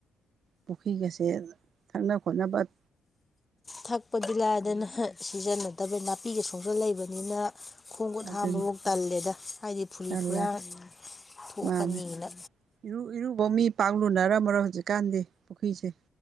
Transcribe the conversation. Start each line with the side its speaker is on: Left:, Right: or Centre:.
Right: ꯄꯨꯈꯤꯒꯁꯦ ꯊꯛꯅ ꯈꯣꯠꯅꯕꯠ
Left: ꯊꯛꯄꯗꯤ ꯂꯥꯏꯗꯅ ꯍꯥ ꯁꯤꯖꯤꯟꯅꯗꯕꯩ ꯅꯥꯄꯤꯒ ꯁꯣꯡꯖꯟ ꯂꯩꯕꯅꯤꯅ ꯈꯣꯡ ꯒꯨꯠ
Right: ꯑꯗꯨꯅꯤ
Left: ꯍꯥꯝꯕꯕꯥꯎ ꯇꯜꯂꯦꯗ ꯍꯥꯏꯗꯤ ꯐꯨꯔꯤ
Right: ꯇꯜꯂꯦ
Left: ꯐꯨꯔꯥ ꯊꯣꯛꯀꯅꯤꯅ
Right: ꯃꯥꯅꯤ ꯏꯔꯨ ꯏꯔꯨꯕꯥꯎ ꯃꯤ ꯄꯥꯛ ꯂꯨꯅꯔꯝꯃꯔꯣꯏ ꯍꯧꯖꯤꯛꯀꯥꯟꯗꯤ ꯄꯨꯈꯤꯁꯦ